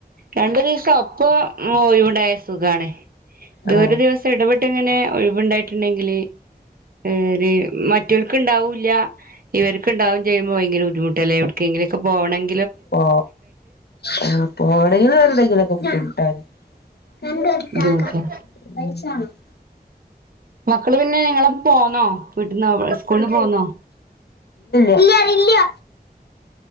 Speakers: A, on the right; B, on the left.
A: രണ്ടു ദീസ അപ്പൊ ഒയിവ്ടെസുഖാണെ ഇത്
B: ആഹ്
A: ഒരു ദിവസം ഇടവ്ട്ടിങ്ങനെ ഒഴിവ്ണ്ടായിട്ടുണ്ടെങ്കില് ഏര് മറ്റവൾക്ക് ഇണ്ടാവൂല്ല. ഇവർക്ക്ണ്ടാവും ചെയ്യുമ്പോ ഭയങ്ക ബുദ്ധിമുട്ടല്ലെ എവിട് കെ ങ്കിലൊക്കെ പോണെങ്കി.
B: പോ ആ പോണെങ്കിലും വരണങ്കിലൊക്കെ ബുദ്ധിമുട്ടാ. <unintelligible>
A: ബുദ്ധിമുട്ടാ മക്കള് പിന്നെ നിങ്ങളെ പോ പോന്നോ വീട്ടന്ന് സ്കൂളിന് പോന്നോ?
B: ഇല്ലയ ഇല്ലയ